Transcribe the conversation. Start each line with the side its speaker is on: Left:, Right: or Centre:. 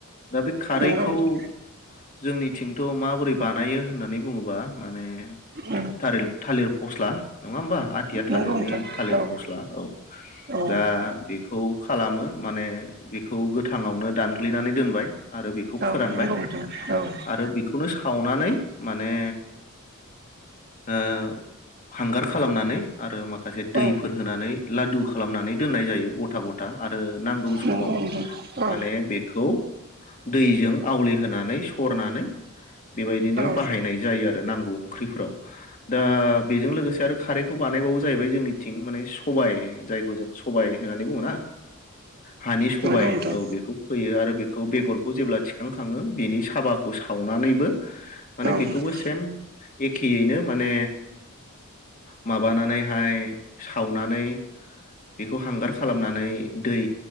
Left: दा बे खारैखौ
Right: नंगौ नोंथां
Left: जोंनिथिंथ' माबोरै बानायो होननानै बुङोबा माने
Right: औ
Left: थालिर थालिर फस्ला नङा होमबा आथिया थालिरनि
Right: नंगौ नोंथां
Left: थालिर
Right: औ
Left: फस्ला औ
Right: औ
Left: दा बेखौ खालामो माने बेखौ गोथाङावनो दानग्लिनानै दोनबाय। आरो बेखौ
Right: औ
Left: फोरानबाय
Right: नंगौ नोंथां औ
Left: आरो बेखौनो सावना नानै माने ओ हांगार खालामनानै आरो माखा माखासे दैफोर
Right: औ
Left: होनानै लादु खालामनानै दोननाय जायो गथा ग आरो नांगौ समाव
Right: नंगौ नोंथां औ
Left: माने बेखौ दैजों आवलिहोनानै सरनानै बेबायदिनो
Right: औ नंगौ नोंथां औ
Left: बाहायनाय जायो आरो नांगौ ओंख्रिफोराव दा बेजों लोगोसे आरो खारैखौ बानायबावो जाहैबाय जोंनि थिं माने सबाय जायखौ जों स सबाय होननानै बुङो ना हानि सबाय
Right: नंगौ नोंथां
Left: औ बेखौ फैयो आरो बेखौ बेगरखौ जेब्ला थिखांखाङो बेनि साबाखौ सावनानैबो माने
Right: औ
Left: बिखौबो सेम एखेयैनो माने माबानानैहाय सावनानै बेखौ हांगार खालामनानै दै